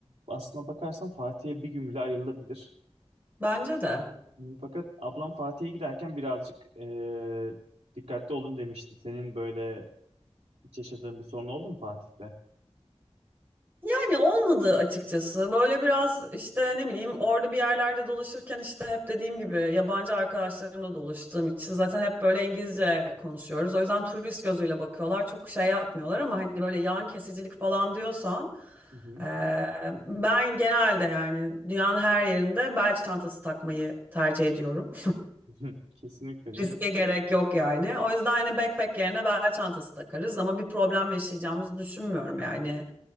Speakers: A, on the right (about 80°); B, on the right (about 15°).
A: aslına bakarsan Fatih'e bir gün bile ayrılabilir.
B: Bence de.
A: Hmm, Fakat ablam Fatih'e giderken birazcık ee, dikkatli olun demişti. Senin böyle hiç yaşadığın bir sorun oldu mu Fatih'te?
B: Yani olmadı açıkçası. Böyle biraz işte ne bileyim orada bir yerlerde dolaşırken işte hep dediğim gibi yabancı arkadaşlarımla dolaştığım için zaten hep böyle İngilizce konuşuyoruz. O yüzden turist gözüyle bakıyorlar. Çok şey yapmıyorlar ama hani böyle yan kesicilik falan diyorsan
A: Hı hı.
B: Ee, ben genelde yani dünyanın her yerinde bel çantası takmayı tercih ediyorum.
A: <laughs> Kesinlikle canım.
B: Riske gerek yok yani. O yüzden hani backpack yerine bel çantası takarız ama bir problem yaşayacağımızı düşünmüyorum yani.